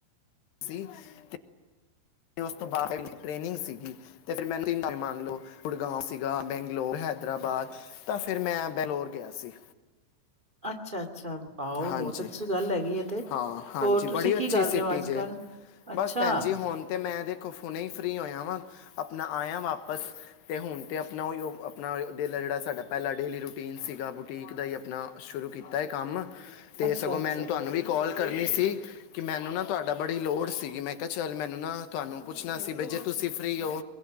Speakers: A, on the left; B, on the right.
A: ਸੀ <inaudible> ਉਸ ਤੋਂ ਬਾਅਦ ਟ੍ਰੇਨਿੰਗ ਸੀਗੀ। ਤੇ ਫਿਰ ਮੈਨੂੰ ਤਿੰਨਂ ਮੰਨ ਲਓ ਗੁੜਗਾਉ ਸੀਗਾ, ਬੈਂਗਲੋਰ, ਹੈਦਰਾਬਾਦ ਤਾਂ ਫਿਰ ਮੈਂ ਬਲੌਰ ਗਿਆ ਸੀ।
B: ਅੱਛਾ- ਅੱਛਾ। ਆਓ
A: ਹਾਂਜੀ
B: ਬਹੁਤ ਅੱਛੀ ਗੱਲ ਹੈਗੀ ਇਹ ਤੇ,
A: ਹਾਂ ਹਾਂਜੀ
B: ਹੋਰ
A: ਬੜੀ
B: ਤੁਸੀਂ ਕੀ
A: ਅੱਛੀ
B: ਕਰ
A: ਸਿਟੀ
B: ਰਹੇ ਹੋ ਅੱਜ
A: ਜੇ
B: ਕੱਲ? ਅੱਛਾ,
A: ਬਸ ਭੈਣ ਜੀ ਹੁਣ ਤੇ ਮੈਂ ਦੇਖੋ ਫੁਣੇ ਹੀ ਫ੍ਰੀ ਹੋਇਆ ਵਾਂ, ਆਪਣਾ ਆਇਆ ਵਾਪਸ। ਅਤੇ ਹੁਣ ਤਾਂ ਆਪਣਾ ਉਹ ਹੀ ਉਹ ਆਪਣਾ ਡੇ ਦਾ ਜਿਹੜਾ ਸਾਡਾ ਪਹਿਲਾਾਂ ਡੇਲੀ ਰੂਟੀਨ ਸੀਗਾ ਬੁਟੀਕ ਦਾ ਹੀ ਆਪ ਨਾ ਸ਼ੁਰੂ ਕੀਤਾ ਹੈ ਕੰਮ ਅਤੇ
B: ਅੱਛਾ-ਅੱਛਾ
A: ਸਗੋਂ ਮੈਨੂੰ ਤੁਹਾਨੂੰ ਵੀ ਕੋਲ ਕਰਨੀ ਸੀ। ਕਿ ਮੈਨੂੰ ਨਾ ਤੁਹਾਡਾ ਬੜੀ ਲੋੜ ਸੀਗੀ ਮੈਂ ਕਿਹਾ ਚੱਲ ਮੈਨੂੰ ਨਾ ਤੁਹਾਨੂੰ ਪੁੱਛਣਾ ਵੀ ਜੇ ਤੁਸੀਂ ਫਰੀ ਹੋ।